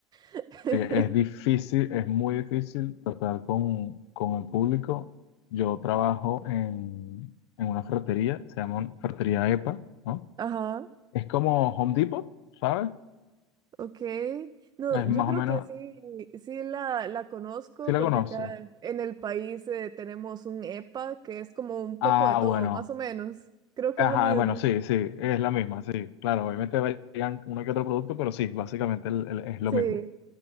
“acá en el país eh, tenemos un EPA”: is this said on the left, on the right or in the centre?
Right